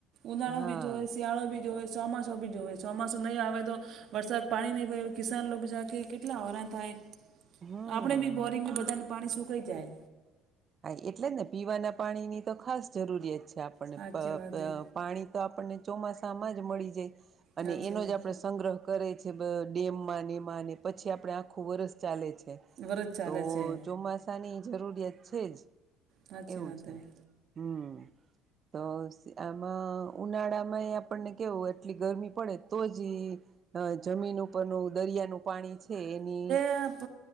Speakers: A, on the right (about 60°); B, on the right (about 40°).
A: ઉનાળો
B: હા
A: બી જોવે શિયાળો બી જોએ ચોમાસું બી જોવેએ ચોમાસું નહીં આવે તો વરસાદ પાણી નહી પડે કિસાન લોકો બીજા કે કેટલા હેરાન થાય.
B: હમ હા
A: આપણે બી બોરિંગ બધાને પાણી સુકાઈ જાય.
B: હા એટલે જ ને પીવાના પાણીની તો ખાસ જરૂરિયાત છે આપણને
A: સાચી
B: પ
A: વાત
B: પ
A: હે
B: પાણી તો આપણને ચોમાસામાં જ મળી જાય અને
A: સાચી
B: એનો
A: વાત
B: જ આપણે સંગ્રહ કરે છે. ડેમમાં મા પછી આપડણે આખું વર્ષ ચાલે છે.
A: વરજ ચાલે
B: તો
A: છે
B: ચોમાસા ચોમાસાની જરૂરિયાત છે જ
A: સાચી
B: એવું
A: વાત
B: છે
A: હે
B: હમ તો આમાં ઉનાળા માં એ આપણને કેવું એટલી ગરમી પડે તો જ અ જમીન ઉપરનું દરિયાનું પાણી છે. એની
A: આપ